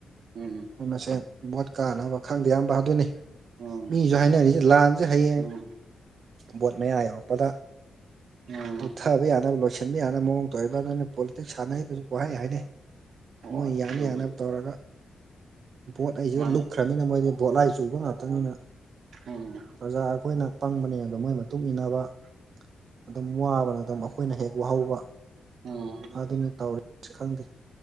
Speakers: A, on the right; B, on the right.
A: ꯎꯝ
B: ꯃꯣꯏ ꯃꯁꯦ ꯚꯣꯠ ꯀꯥꯟꯅꯕ ꯈꯪꯗꯦ ꯑꯌꯥꯝꯕ ꯑꯗꯨꯅꯤ
A: ꯎꯝ
B: ꯃꯤꯁꯨ ꯍꯥꯏꯅꯔꯤꯁꯦ ꯂꯥꯟꯁꯦ ꯍꯌꯦꯡ
A: ꯎꯝ
B: ꯕꯣꯠ ꯃꯌꯥ ꯌꯧꯔꯛꯄꯗ
A: ꯎꯝ
B: ꯇꯨꯊꯕ ꯌꯥꯅꯕ ꯂꯣꯏꯁꯤꯜ ꯁꯤꯟꯕ ꯌꯥꯅ ꯃꯑꯣꯡ ꯇꯧꯔꯤꯕ ꯑꯗꯨꯅ ꯄꯣꯂꯤꯇꯤꯛꯁ ꯁꯥꯟꯅꯔꯤꯕꯁꯨ ꯋꯥꯍꯩ ꯍꯥꯏꯅꯩ
A: ꯍꯣꯏ
B: ꯃꯣꯏ ꯌꯥꯅ
A: ꯑꯗꯨꯕꯨꯗꯤ
B: ꯌꯥꯅ ꯇꯧꯔꯒ ꯚꯣꯠ ꯑꯩꯁꯤꯗ
A: ꯃꯥꯅꯦ
B: ꯂꯨꯞꯈ꯭ꯔꯕꯅꯤꯅ ꯃꯣꯏꯗꯤ ꯚꯣꯠꯂꯥꯏ ꯆꯨꯕ ꯉꯥꯛꯇꯅꯤꯅ
A: ꯍꯝ
B: ꯄ꯭ꯔꯖꯥ ꯑꯩꯈꯣꯏꯅ ꯄꯪꯕꯅꯦ ꯑꯗ ꯃꯣꯏꯒꯤ ꯃꯇꯨꯡ ꯏꯟꯅꯕ ꯑꯗꯨꯝ ꯋꯥꯕꯅ ꯑꯗꯨꯝ ꯑꯩꯈꯣꯏꯅ ꯍꯦꯛ ꯋꯥꯍꯧꯕ
A: ꯎꯝ
B: ꯑꯗꯨꯅ ꯇꯧꯔꯤ ꯈꯪꯗꯦ